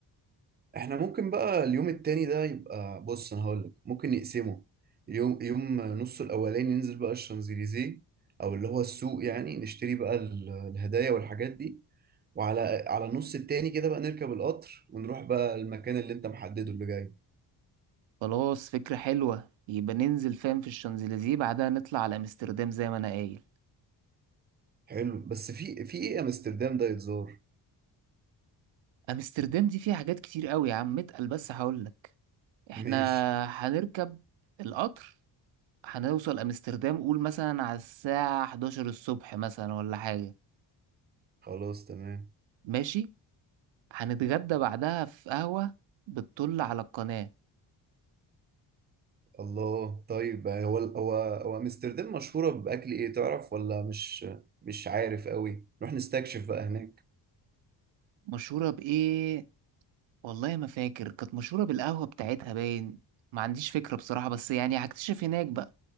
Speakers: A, on the right; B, on the right.
A: احنا ممكن بقى اليوم التاني ده يبقى بص انا هقولك ممكن نقسمه يوم يوم نصه الاولاني ننزل بقى الشانزليزيه او اللي هو السوق يعني نشتري بقى ال- الهدايا والحاجات دي وعلى على النص التاني كده بقى نركب القطر ونروح بقى المكان اللي انت محدده اللي جاي
B: خلاص فكرة حلوة يبقى ننزل فاهم في الشانزليزيه بعدها نطلع على امستردام زي ما انا قايل
A: حلو بس في في ايه امستردام ده يتزار
B: امستردام دي فيها حاجات كتير قوي يا عم اتقل بس هقولك احنا
A: <laughs> ماشي
B: هنركب القطر هنوصل امستردام قول مثلا على الساعة 11 الصبح مثلا ولا حاجة
A: خلاص تمام
B: ماشي هنتغدى بعدها في قهوة بتطل على القناة
A: الله طيب هو هو هو امستردام مشهورة بأكل ايه تعرف ولا مش مش عارف قوي نروح نستكشف بقى هناك
B: مشهورة بإيه والله ما فاكر كانت مشهورة بالقهوة بتاعتها باين ما عنديش فكرة بصراحة بس يعني هكتشف هناك بقى